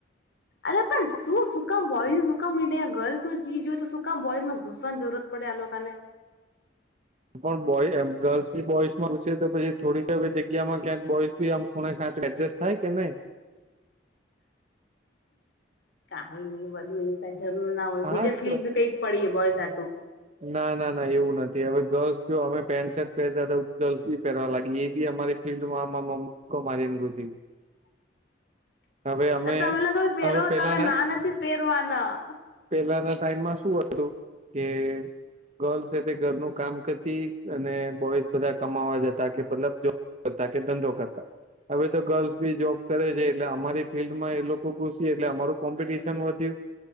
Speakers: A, on the left (about 60°); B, on the right (about 35°).
A: અરે પણ શું સુકામ બોયઝ સુકામ વિડયા ગર્લ્સ નું ચીજ હોય તો સુકામ બોયઝ ને ઘુસવાની જરૂરત પડે આ લોકાને
B: પણ બોય એમ ગર્લ્સની બોઈસ માં ઘૂસે તો પછી થોડી જ તો જગ્યામાં ક્યાંક બોઈસ કે આમ ખૂણે ખાંચે એકજેસ્ટ થાય કે નહી.
A: કઈ ની બધું. કાય જરૂર ના હોય
B: હા
A: બીજે ફિલ્ડ
B: તો
A: કઈક પડી એ બોયઝ હાટું
B: ના ના ના એવું નથી હવે ગર્લ્સ જો હવે પેન્ટ શર્ટ પહેરતા તો ગર્લ્સ બી પહેરવા લાગી એ બી અમારી ફિલ્ડમાં આમ આમ આમ મુકો મારીને ઘુસી.
A: <unintelligible>
B: હવે અમે
A: અ તમે લોકો પહેરો
B: હવે પેલાના
A: તને ના નથી પહેરવાના
B: પેલાના ટાઈમમાં શું હતું કે. ગર્લ્સ તે ઘરનું કામ કરતી અને બોયઝ બધા કમાવા જતા કે મતલબ જોબ કરતા કે ધંધો કરતા હવે તો ગર્લ્સ બી જોબ કરે છે એટલે અમારી ફિલ્ડ માં એ લોકો ઘુસી એટલે અમારું કોમ્પિટિશન વધ્યું.